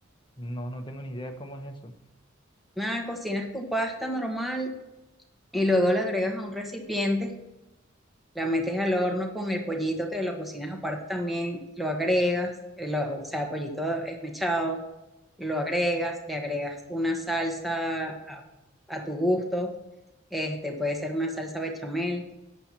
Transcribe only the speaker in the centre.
Nada, cocinas tu pasta normal y luego la agregas a un recipiente, la metes al horno con el pollito que lo cocinas aparte también, lo agregas, eh, lo- o sea, pollito esmechado, lo agregas, le agregas una salsa a, a tu gusto, este puede ser una salsa bechamel